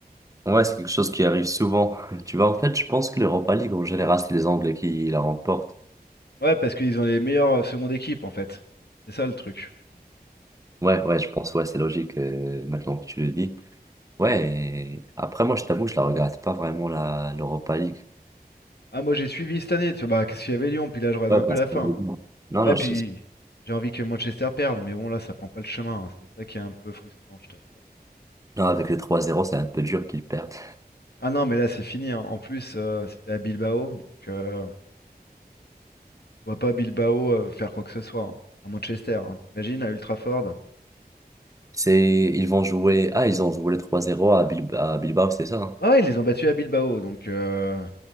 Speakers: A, on the right (about 20°); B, on the left (about 80°).
A: ouais, c'est quelque chose qui arrive souvent. <laughs> Tu vois, en fait, je pense que l'Europa League, en général, c'est les Anglais qui la remportent.
B: Ouais, parce qu'ils ont les meilleures euh, secondes équipes, en fait. C'est ça le truc.
A: Ouais, ouais, je pense, ouais, c'est logique euh, maintenant que tu le dis. Ouais, et après moi je t'avoue, je la regarde pas vraiment la l'Europa League.
B: Ah, moi j'ai suivi cette année, tu vois, bah, qu'est-ce qu'il y avait Lyon, puis là je regarde
A: Ouais,
B: un
A: parce
B: peu la fin.
A: que... Non,
B: Ouais,
A: non, je
B: puis
A: sais-
B: j'ai envie que Manchester perde, mais bon, là ça prend pas le chemin, hein. C'est ça qui est un peu frustrant, je t'avoue.
A: non, avec le trois zéro c'est un peu dur qu'ils perdent.
B: Ah non, mais là c'est fini, hein. En plus, euh, c'était à Bilbao, donc euh, on va pas à Bilbao euh, faire quoi que ce soit, hein. À Manchester, hein. T'imagines, à Ultraford.
A: C'est ils vont jouer ah ils ont joué le trois zéro à, Bil- à Bilbao, c'est ça? hein
B: Ouais, ouais, ils les ont battus à Bilbao, donc... euh,